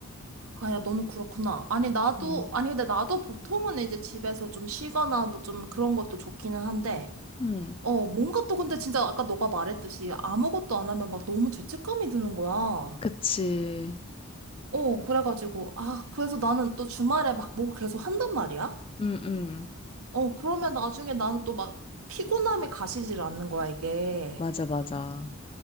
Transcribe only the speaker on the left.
음,
음,
그치.
음, 음,
맞아, 맞아.